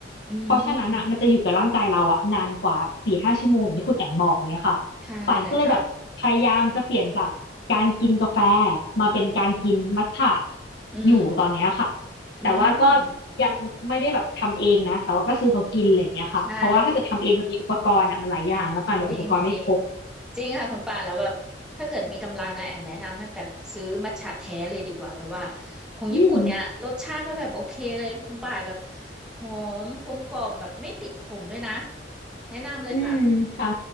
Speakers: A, in the centre; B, on the left.
A: อืม
B: เพราะฉะนั้นอ่ะมันจะอยู่กับร่างกายเราอ่ะนานกว่าสี่ห้าชั่วโมงอย่างที่คุณแอมบอกเนี้ยค่ะ
A: ใช่เลยค่ะ
B: ป่านก็เลยแบบพยายามจะเปลี่ยนจากการกินกาแฟมาเป็นการกินมัทฉะ
A: อืม
B: อยู่ตอนเนี้ยค่ะ
A: อืม
B: แต่ว่าก็ยังไม่ได้แบบทำเองนะแต่ว่าก็ซื้อเขากินอะไรอย่างเงี้ยค่ะเพราะว่าถ้าเกิดทำเองมันมีอุปกรณ์อ่ะมันหลายอย่างแล้วป่านแบบอุปกรณ์ไม่ครบ
A: ใช่ จริงจริงจริงค่ะคุณป่าแล้วแบบถ้าเกิดมีกำลังนะแอมแนะนำให้แบบซื้อมัทฉะแท้เลยดีกว่าแบบว่าของญี่ปุ่นเนี่ยรสชาติเขาแบบโอเคเลยคุณป่าแบบ
B: อืม
A: หอมกลมกล่อมแบบไม่ติดขมด้วยนะแนะนำเลยค่ะ
B: อืมค่ะ